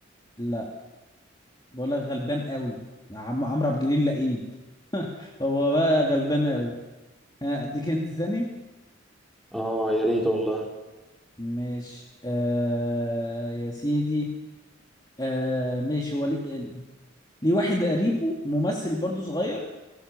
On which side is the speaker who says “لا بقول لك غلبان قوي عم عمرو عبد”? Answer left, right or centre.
Left